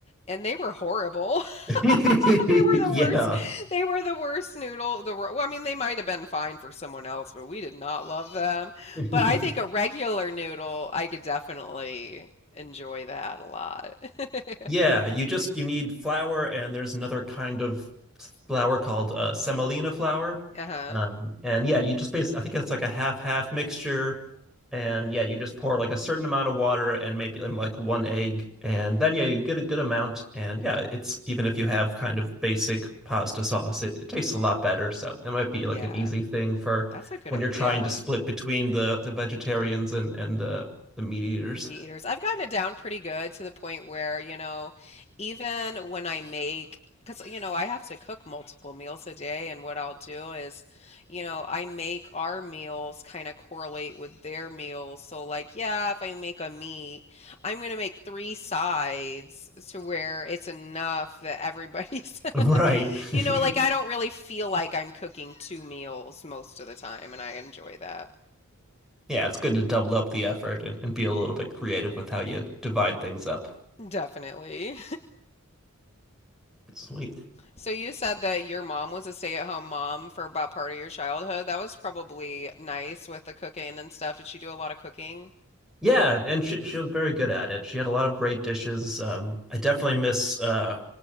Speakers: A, on the left; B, in the centre.
A: and they were horrible. <laughs>
B: <laughs>
A: <laughs> They were the
B: Yeah.
A: worst. They were the worst noodle. The well, I mean, they might have been fine for someone else, but we did not love them.
B: <laughs>
A: But I think a regular noodle, I could definitely enjoy that a lot. <laughs> uh
B: Yeah, you just you need flour, and there's another kind of flour called uh, semolina flour.
A: huh.
B: Um, and yeah, you just basically I think it's like a half half mixture. And yeah, you just pour like a certain amount of water and maybe and like one egg, and then yeah, you get a good amount. And yeah, it's even if you have kind of basic pasta sauce, it, it tastes a lot better. So that might be
A: Yeah,
B: like an easy thing for
A: that's a good
B: when
A: idea.
B: you're trying to split between the the vegetarians and and the the meat eaters.
A: the meat
B: <laughs>
A: eaters. I've gotten it down pretty good to the point where, you know, even when I make, because, you know, I have to cook multiple meals a day, and what I'll do is, you know, I make our meals kind of correlate with their meals. So, like, yeah, if I make a meat, I'm going to make three sides to where it's enough that everybody's,
B: Right.
A: <laughs> you
B: <laughs>
A: know, like, I don't really feel like I'm cooking two meals most of the time, and I enjoy that.
B: Yeah, it's good to double up the effort and, and be a little bit creative with how you divide things up.
A: Definitely.
B: Sweet.
A: So you said that your mom was a stay-at-home mom for about part of your childhood. That was probably nice with the cooking and stuff. Did she do a lot of cooking?
B: Yeah, and she she was very good at it. She had a lot of great dishes. Um, I definitely miss uh